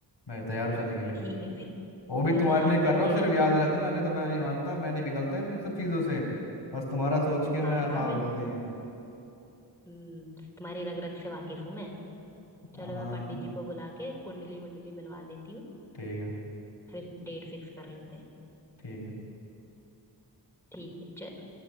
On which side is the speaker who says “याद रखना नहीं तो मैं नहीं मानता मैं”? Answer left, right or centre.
Left